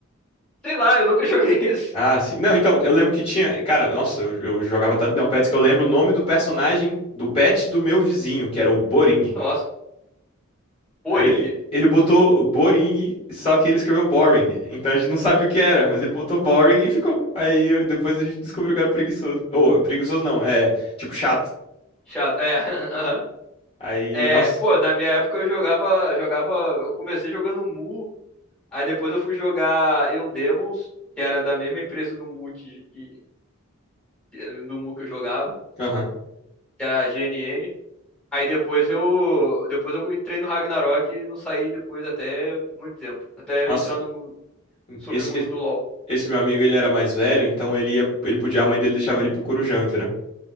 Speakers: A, in the centre; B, on the left.
A: Sei lá, eu nunca <laughs> joguei isso.
B: Ah, sim. Não, então, eu lembro que tinha. Cara, nossa, eu, eu jogava tanto Neopets que eu lembro o nome do personagem do pet do meu vizinho, que era o Boring.
A: Nossa, Poring.
B: Aí de- Ele botou Boring, só que ele escreveu Boring. Então a gente não sabia o que era, mas ele botou Boring e ficou. Aí eu- depois a gente descobriu que era preguiçoso. Ou, preguiçoso não, é tipo chato.
A: Chato. É, <laughs> aham.
B: Aí,
A: É,
B: nossa.
A: pô, na minha época eu jogava, jogava, eu comecei jogando Mu Aí depois eu fui jogar Eu Demons, que era da mesma empresa do Multi que, que- do Mu que eu jogava,
B: Aham.
A: que era a GNN. Aí depois eu depois eu entrei no Ragnarok e não saí depois até muito tempo, até
B: Nossa,
A: entrar no submundo
B: esse, esse,
A: do LoL.
B: esse meu amigo ele era mais velho, então ele ia, ele podia, a mãe dele deixava ele pro Corujão, entendeu?